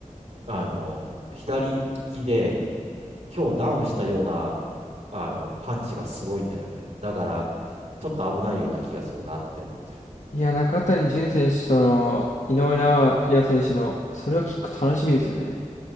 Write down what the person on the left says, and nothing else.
いや、中谷潤選手との井上尚弥選手の、それは結構楽しみですよね。